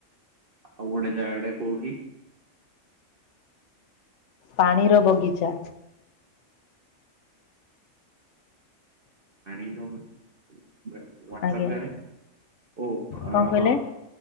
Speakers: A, on the right (about 45°); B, on the left (about 65°).
A: ଆଉ ଗୋଟେ ଜାଗାଟେ କୋଉଠି?
B: ପାଣିର ବଗିଚା।
A: ପାଣିର ୱଟରଗାଡ୍
B: ଆଜ୍ଞା
A: ଓ
B: କଣ
A: ଅ
B: କହିଲେ?
A: ହଁ।